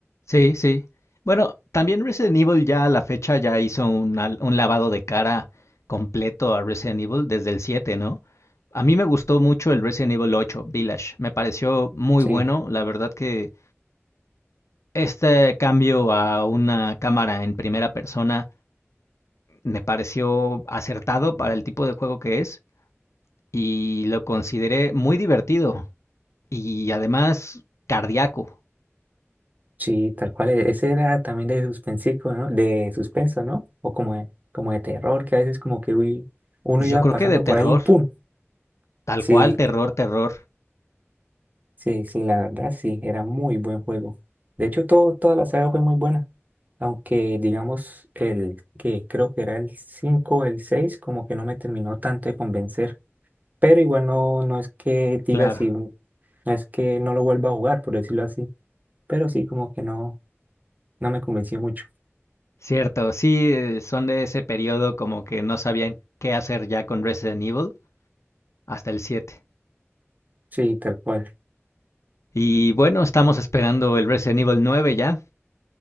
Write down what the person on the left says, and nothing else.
Sí, sí. Bueno, también Resident Evil ya a la fecha ya hizo un, al- un lavado de cara completo a Resident Evil desde el 7, ¿no? A mí me gustó mucho el Resident Evil ocho Village. Me pareció muy
bueno. La verdad que este cambio a una cámara en primera persona me pareció acertado para el tipo de juego que es. y lo consideré muy divertido y además cardíaco.
Pues
yo creo
que de terror,
tal
cual, terror, terror.
Claro,
cierto, sí, eh, son de ese periodo como que no sabían qué hacer ya con Resident Evil hasta el siete
Y bueno, estamos esperando el Resident Evil nueve ya.